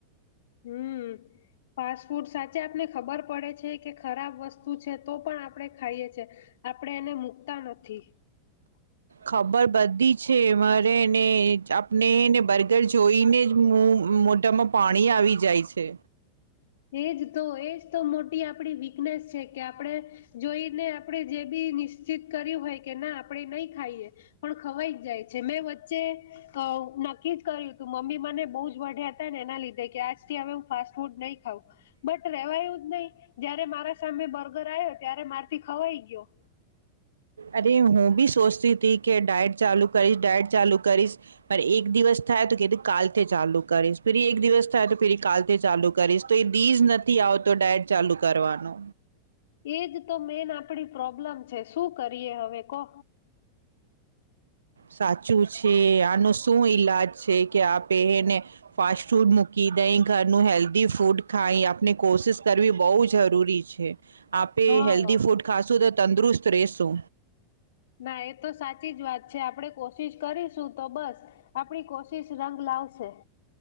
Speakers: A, on the left; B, on the right.
A: હમ, ફાસ્ટ ફૂડ સાચા આપને ખબર પડે છે કે ખરાબ વસ્તુ છે તો પણ આપણે ખાઈએ છે, આપડે એને મૂકતા નથી.
B: ખબર બધી છે મારે ને આપનેને બર્ગર જોઈને જ મોઢામાં પાણી આવી જાય છે.
A: એજ તો એજ તો મોટી આપડી વીકનેસ છે કે આપણે, જોઈને આપણે જે બી કર્યું હોય કે ના આપણે નહી ખાઈએ પણ ખવાઈ જાય છે, મે જે અવ નક્કી કર્યું હતું મમ્મી મને બહું જ વઢ્યા હતા ને એના લીધે કે આજથી હવે હું ફાસ્ટ ફૂડ નહી ખાવું બટ રેવાયું જ નહી જયારે મારા સામે બર્ગર આવ્યો ત્યારે મારથી ખવાઈ ગયો.
B: અરે હું ભી સોચતી હતીથી કે ડાયટ ચાલુ કરીશ, ડાયટ ચાલુ કરીશ. એક દિવસ થાય તો કીધું કાલથી ચાલુ કરીશ ફરી એક દિવસ થાય તો ફરી કાલથી ચાલુ કરીશ તો એ દીઝ નથી આવતો ડાયટ ચાલુ કરવાનો.
A: એજ તો મેન આપડી પ્રોબ્લમ છે શું કરીએ હવે કો?
B: સાચું છે આનું શું એ ઇલાજ છે કે આપે એને ફાસ્ટ ફૂડ મૂકી દઈ ઘરનું હેલ્ધી ફૂડ ખાય આપણે કોશિશ કરવી બહુ જરૂરી છે. આપે
A: હા
B: હેલ્ધી ફૂડ ખાશું તો તંદુરુસ્ત રહેશો.
A: ના એ તો સાચી જ વાત છે આપણેે કોશિશ કરીશું તો બસ આપણી કોશિશ રંગ લાવશે.